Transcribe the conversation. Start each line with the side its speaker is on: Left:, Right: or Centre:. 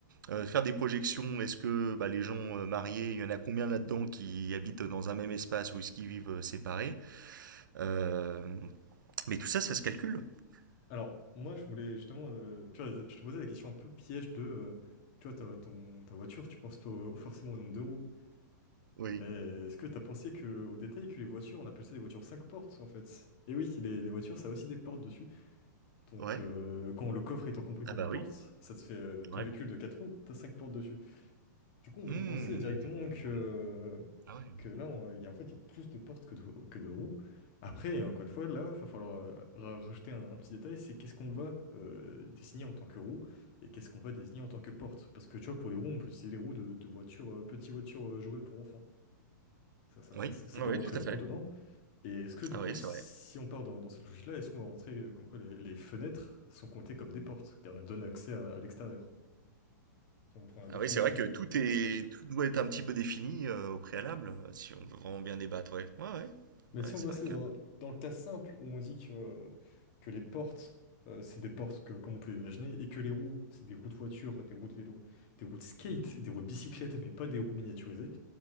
Right: euh, faire des projections. Est-ce que bah, les gens euh, mariés,
Left: Alors,
Right: il y en a combien là-dedans qui habitent dans un même espace ou est-ce qu'ils vivent euh, séparés? Euh, mais tout ça, ça se calcule.
Left: alors, moi, je voulais justement. euh, tu vois, je te posais la question un peu piège de. euh, tu vois, ta, ton, ta voiture, tu penses pas au- forcément au nombre de roues.
Right: Oui.
Left: Mais est-ce que t'as pensé que, au détail que les voitures, on appelle ça des voitures 5 portes en fait? Et oui, les, les voitures, ça a aussi des portes dessus. Donc
Right: Ouais.
Left: euh, quand le coffre étant compris
Right: Ah
Left: comme
Right: bah
Left: une porte,
Right: oui.
Left: ça te fait euh, ton
Right: Ouais.
Left: véhicule de 4 roues, t'as 5 portes dessus. Du coup, on
Right: Mmh.
Left: peut penser directement que,
Right: Ah ouais.
Left: que là, on- il y a, en fait, il y a plus de portes que de, que de roues. Après, encore une fois, là, il va falloir euh, ra- rajouter un, un petit détail, c'est qu'est-ce qu'on va euh, désigner en tant que roue et qu'est-ce qu'on va désigner en tant que porte. Parce que tu vois, pour les roues, on peut utiliser les roues de, de voitures, euh, petites voitures euh, jouets pour enfants. Ça, ça,
Right: Oui,
Left: ça- ça
Right: Oui,
Left: peut
Right: oui,
Left: rentrer
Right: tout à
Left: en
Right: fait.
Left: compte dedans. Et est-ce que du
Right: ah
Left: coup,
Right: oui,
Left: si
Right: c'est vrai.
Left: on part dans, dans cette logique-là, est-ce qu'on va rentrer euh, comme quoi les, les fenêtres sont comptées comme des portes, car elles donnent accès à, à l'extérieur, si on prend la définition
Right: Ah oui, c'est vrai que
Left: d'une
Right: tout
Left: d'une porte.
Right: est, tout doit être un petit peu défini euh, au préalable, euh, si on veut vraiment bien débattre, ouais. Ouais, ouais.
Left: Mais si
Right: Ouais,
Left: on
Right: c'est
Left: veut rester
Right: vrai que.
Left: dans, dans le cas simple où on dit que, que les portes, euh, c'est des portes que, comme on peut imaginer, et que les roues, c'est des roues de voiture, des roues de vélo, des roues de skate,
Right: Mhm.
Left: des roues de bicyclette, mais pas des roues miniaturisées,